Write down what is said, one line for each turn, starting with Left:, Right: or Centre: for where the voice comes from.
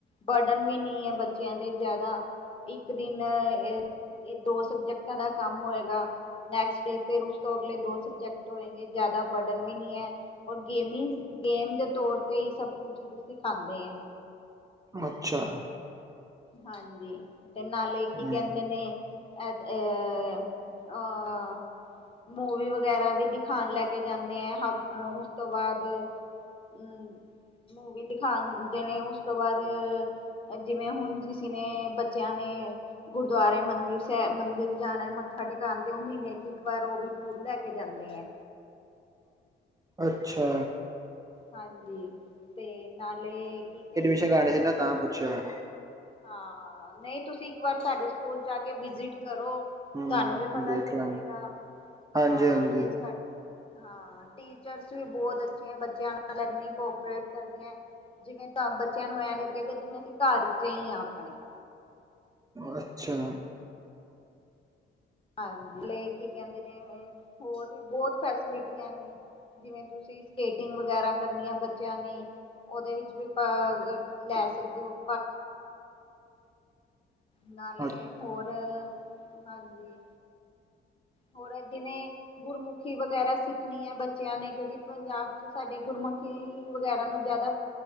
Left: ਬਰਡਨ ਵੀ ਨੀ ਐ ਬੱਚਿਆਂ ਦੇ ਜ਼ਿਆਦਾ ਇੱਕ। ਇੱਕ ਦਿਨ ਇਹ ਦੋ ਸਬਜੈਕਟਾਂ ਦਾ ਕੰਮ ਹੋਏਗਾ, ਨੈਕਸਟ ਡੇ। ਫੇਰ ਉਸ ਤੋਂ ਅਗਲੇ ਦੋ ਸਬਜੈਕਟ ਹੋਏਗੇ ਜ਼ਿਆਦਾ ਬੜ ਡਨ ਵੀ ਨੀ ਐ। ਔਰ ਗੇਮਿੰਸ ਗੇਮ ਦੇ ਤੌਰ ਤੇ ਈ ਸਭ ਕੁਛ ਸਿਖਾਂਦੇ ਐ
Right: ਅੱਛਾ।
Left: ਹਾਂਜੀ। ਤੇ ਨਾਲੇ ਕੀ
Right: ਹੂੰ
Left: ਕੇਂਦੇ ਨੇ, <unintelligible> ਮੂਵੀ ਵਗੈਰਾ ਵੀ ਦਿਖਾਨਾ ਲੈ ਕੇ ਜਾਂਦੇ ਐ। ਹ ਉਸ ਤੋਂ ਬਾਅਦ। ਹੂੰ, ਮੂਵੀ ਦਿਖਾਉਂਦੇ ਨੇ, ਉਸ ਤੋਂ ਬਾਅਦ ਜਿਵੇਂ ਹੁਣ। ਕਿਸੀ ਨੇ, ਬੱਚਿਆਂ ਨੇ ਗੁਰਦੁਆਰੇ, ਮੰਦਿਰ ਸਾਹਿਬ, ਮੰਦਿਰ ਜਾਣਾ ਮੱਥਾ ਟਿਕਉਣ ਤੇ ਉਹ ਮਹੀਨੇ ਚ, ਇਕ ਵਾਰ ਉਹ ਵੀ ਟੂਰ ਲੈ ਕੇ ਜਾਂਦੇ ਆ।
Right: ਅੱਛਾ
Left: ਹਾਂਜੀ, ਤੇ ਨਾਲੇ ਕੀ ਕਹਿ
Right: ਪਿੱਛੇ, ਗਾਣੇ ਸੀ ਨਾ, ਤਾਂ ਪੁੱਛਿਆ।
Left: ਹਾਂ, ਨਹੀਂ ਤੁਸੀਂ, ਇੱਕ ਵਾਰ ਸਾਡੇ ਸਕੂਲ ਚ ਆ ਕੇ ਵਿਜਿਟ ਕਰੋ।
Right: ਹੂੰ
Left: ਤੁਹਾਨੂੰ ਵੀ, ਪਤਾ
Right: ਦੇਖ
Left: ਚੱਲੇਗਾ
Right: ਲਾਂਗੇ ਹਾਂਜੀ
Left: ਹਾਂ
Right: ਹਾਂਜੀ
Left: ਬਈ ਸਾਡੇ। ਹਾਂ, ਟੀਚਰਸ ਵੀ ਬਹੁਤ ਅੱਛੇ ਹੈ, ਬੱਚਿਆਂ ਨਾਲ ਐਨੀ ਕੋਪਰੇਟ ਕਰਦੀਆਂ ਹੈ। ਜਿਵੇਂ ਤਾਂ, ਬੱਚਿਆਂ ਨੂੰ ਐਂ ਲੱਗੇਗਾ ਕਿ ਜਿਵੇਂ ਅਸੀਂ ਘਰ 'ਚ ਹੀ, ਹਾਂ ਆਪਣੇ।
Right: ਅੱਛਾ।
Left: ਹਾਂਜੀ, ਕੀ ਕਹਿੰਦੇ ਨੇ ਹੋਰ ਵੀ, ਬਹੁਤ ਫੈਸਿਲਿਟੀਆਂ ਨੇ। ਜਿਵੇਂ, ਤੁਸੀਂ ਸਕੇਟਿੰਗ ਵਗੈਰਾ ਕਰਨੀ ਹੈ, ਬੱਚਿਆਂ ਨੇ। ਉਹਦੇ, ਵਿੱਚ ਵੀ ਭਾਗ ਲੈ ਸਕਦੇ ਹੋ। ਨਾਲੇ,
Right: ਅ
Left: ਹੋਰ ਹਾਂਜੀ। ਹੋਰ, ਜਿਵੇਂ ਗੁਰਮੁਖੀ ਵਗੈਰਾ, ਸਿੱਖਣੀ ਹੈ ਬੱਚਿਆਂ ਨੇ, ਕਿਉਂਕਿ, ਪੰਜਾਬ ਚ ਸਾਡੇ ਗੁਰਮੁਖੀ ਵਗੈਰਾ, ਨੂੰ ਜ਼ਿਆਦਾ